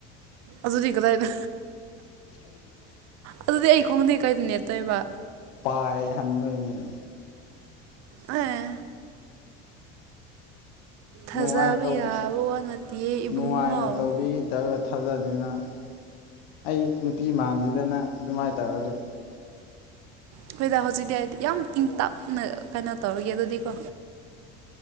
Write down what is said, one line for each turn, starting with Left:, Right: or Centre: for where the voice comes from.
Right: ꯑꯗꯨꯗꯤ ꯀꯗꯥꯏꯗ
Left: <unintelligible>
Right: ꯑꯗꯨꯗꯤ ꯑꯩ ꯈꯣꯡꯗꯤ ꯀꯗꯥꯏꯗ ꯅꯦꯠꯇꯣꯏꯕ
Left: ꯄꯥꯏꯍꯟꯗꯣꯏꯅꯤ
Right: ꯑꯦ ꯊꯥꯖꯕ
Left: ꯅꯨꯡꯉꯥꯏꯅ ꯇꯧꯕꯤ
Right: ꯌꯥꯕ ꯋꯥ ꯅꯠꯇꯦꯌꯦ ꯏꯕꯨꯡꯉꯣ
Left: ꯅꯨꯡꯉꯥꯏꯅ ꯇꯧꯕꯤ ꯇꯧꯔꯒ ꯊꯥꯖꯗꯦ ꯅꯪ ꯑꯩ ꯅꯨꯄꯤ ꯃꯥꯟꯗꯦꯗ ꯅꯪ ꯑꯗꯨꯃꯥꯏꯅ ꯇꯧꯔꯗꯤ
Right: ꯑꯩꯈꯣꯏꯗ ꯍꯧꯖꯤꯛꯇꯤ ꯍꯥꯏꯗꯤ ꯌꯥꯝ ꯏꯪ ꯇꯞꯅ ꯀꯩꯅꯣ ꯇꯧꯔꯒꯦ ꯑꯗꯨꯗꯤꯀꯣ